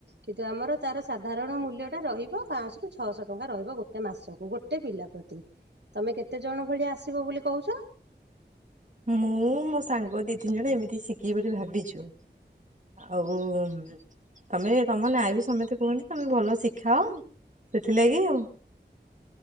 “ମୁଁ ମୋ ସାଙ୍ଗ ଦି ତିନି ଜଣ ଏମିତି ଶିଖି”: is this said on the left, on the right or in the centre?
Right